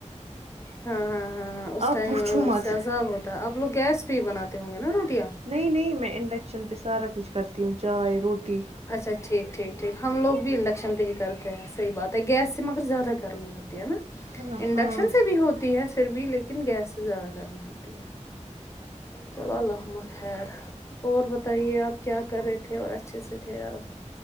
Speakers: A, on the left; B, on the right.
A: ہاں ہاں ہاں ہاں اس
B: آپ
A: ٹائم
B: پوچھو
A: اس
B: مت
A: سے زا اب ہوتا ہے آپ لوگ گیس پہ ہی بناتے ہوں گے نا روٹیاں
B: نہیں نہیں میں انڈکشن پہ سارا کچھ کرتی ہوں چائے روٹی
A: اچھا ٹھیک ٹھیک ٹھیک ہم لوگ بھی انڈکشن پہ ہی کرتے ہیں صحیح بات ہے گیس سے مگر زیادہ گرمی ہوتی ہے نا
B: ہاں
A: انڈکشن
B: ہاں
A: سے بھی ہوتی ہے پھر بھی لیکن گیس سے زیادہ گرمی ہوتی ہے چلو الحم خیر اور بتائیے آپ کیا کرے تھے تھے اور اچھے سے تھے آپ